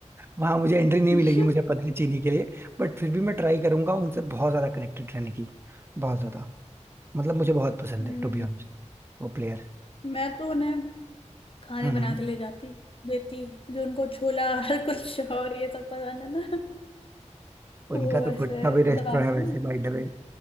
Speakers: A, on the right; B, on the left.
A: वहां मुझे एंट्री नहीं
B: <laughs>
A: मिलेगी मुझे पता है चीनी के लिए बट फिर भी मैं ट्राई करूंगा उनसे बहुत ज्यादा कनेक्टेड रहने की बहुत ज्यादा मतलब मुझे बहुत पसंद
B: हम्म।
A: है टू बी ऑनेस्ट वो प्लेयर
B: मैं तो उन्हें खाने
A: हम्म
B: बना के ले जाती देती जो उनको छोला <laughs> हर कुछ और ये सब पसंद है ना
A: उनका
B: वो
A: तो
B: ऐसे
A: खुद का भी रेस्टोरेंट
B: डालते
A: है वैसे
B: नहीं
A: by the way